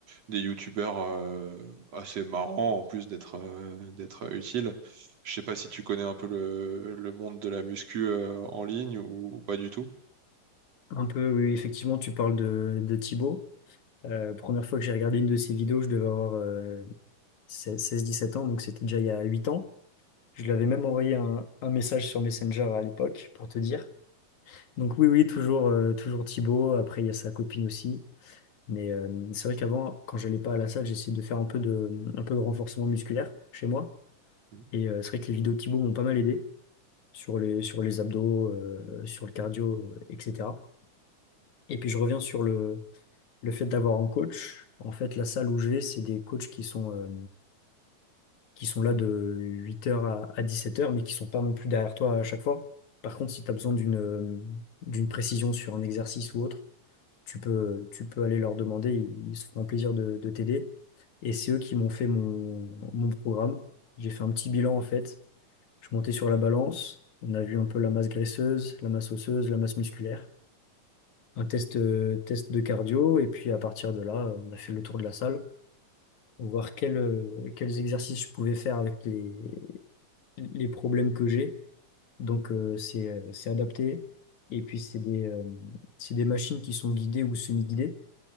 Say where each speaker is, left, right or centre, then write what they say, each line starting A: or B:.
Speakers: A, on the right; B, on the left.
A: des youtubeurs euh, assez marrants en plus d'être euh, d'être utiles. Je sais pas si tu connais un peu le, le monde de la muscu euh, en ligne ou, ou pas du tout.
B: Un peu, oui, effectivement, tu parles de, de Thibaut. Euh, première fois que j'ai regardé une de ses vidéos, je devais avoir euh, seize dix-sept ans, donc c'était déjà il y a 8 ans. Je lui avais même envoyé un, un message sur Messenger à l'époque, pour te dire. Donc oui, oui, toujours, euh, toujours Thibaut. Après, il y a sa copine aussi. Mais euh, c'est vrai qu'avant, quand j'allais pas à la salle, j'essayais de faire un peu de, un peu de renforcement musculaire chez moi.
A: Mhm.
B: Et euh, c'est vrai que les vidéos de Thibaut m'ont pas mal aidé sur les, sur les abdos, euh, sur le cardio, euh, etc. Et puis je reviens sur le, le fait d'avoir un coach. En fait, la salle où je vais, c'est des coachs qui sont, euh, qui sont là de 8 heures à, à 17 heures mais qui sont pas non plus derrière toi à chaque fois. Par contre, si tu as besoin d'une euh, d'une précision sur un exercice ou autre, tu peux, tu peux aller leur demander, ils, ils se feront plaisir de, de t'aider. Et c'est eux qui m'ont fait mon, mon programme. J'ai fait un petit bilan en fait. Je montais sur la balance, on a vu un peu la masse graisseuse, la masse osseuse, la masse musculaire, un test, euh, test de cardio, et puis à partir de là, on a fait le tour de la salle pour voir quel, euh, quels exercices je pouvais faire avec les, les problèmes que j'ai. Donc euh, c'est euh, c'est adapté. Et puis c'est des, euh, c'est des machines qui sont guidées ou semi-guidées.